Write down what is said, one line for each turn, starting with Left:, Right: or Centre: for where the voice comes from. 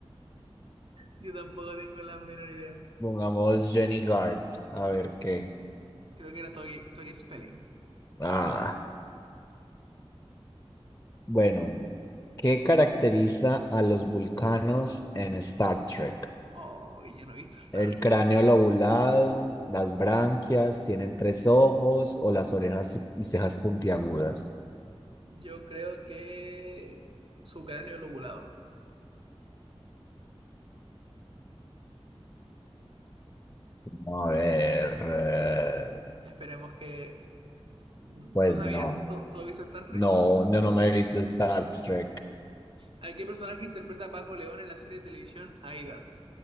Right: Yo tampoco tengo la menor idea.
Left: <laughs> Pongamos Jenny Gard, a ver qué.
Right: Creo que era Tori, Tori Spelling.
Left: Ah, bueno, ¿qué caracteriza
Right: Y-
Left: a los vulcanos en Star Trek?
Right: Oh, yo no he visto Star
Left: El
Right: Trek.
Left: cráneo lobulado, las branquias, tienen tres ojos o las orejas y cejas puntiagudas.
Right: Yo creo que su cráneo lobulado.
Left: No, A ver, eh,
Right: Esperemos que... mm,
Left: pues
Right: ¿Tú sabías?
Left: no,
Right: ¿Tú, tú has visto Star Trek?
Left: no,
Right: No.
Left: yo no me he visto Star Trek.
Right: ¿A qué personaje interpreta Paco León en la serie de televisión Aída